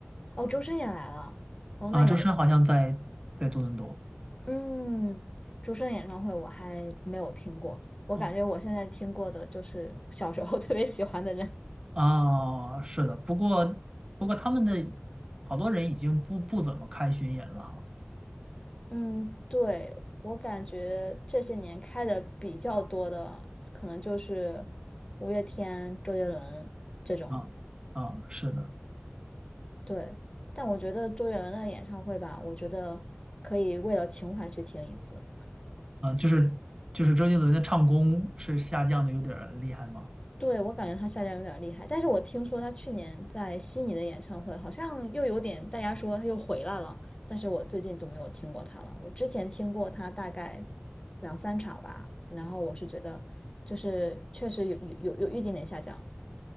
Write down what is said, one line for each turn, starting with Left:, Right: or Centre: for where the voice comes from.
Left: 哦，周深也来了，哦，
Right: 啊，
Left: 那你有，
Right: 周深好像在在多伦多。
Left: 嗯，周深演唱会我还没有听过，我感觉我现在听过的就是小时候特别喜欢的人。
Right: 哦，啊，是的。不过不过他们的好多人已经不不怎么看巡演了哈。
Left: 嗯，对，我感觉这些年开的比较多的，可能就是五月天、周杰伦这种。
Right: 啊啊，是的，
Left: 对，但我觉得周杰伦的演唱会吧，我觉得可以为了情怀去听一次。
Right: 啊，就是就是周杰伦的唱功是下降的有点儿厉害吗？
Left: 对，我感觉他下降有点厉害，但是我听说他去年在悉尼的演唱会好像又有点，大家说他又回来了，但是我最近都没有听过他了。我之前听过他大概两三场吧，然后我是觉得就是确实有有有有一点点下降，